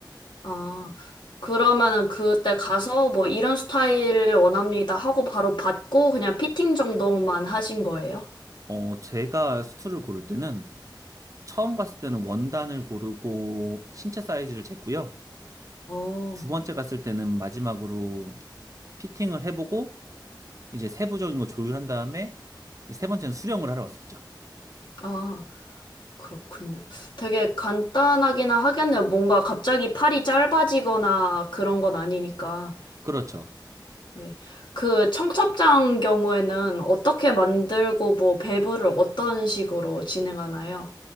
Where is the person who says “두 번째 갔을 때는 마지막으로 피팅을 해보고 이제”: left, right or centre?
Right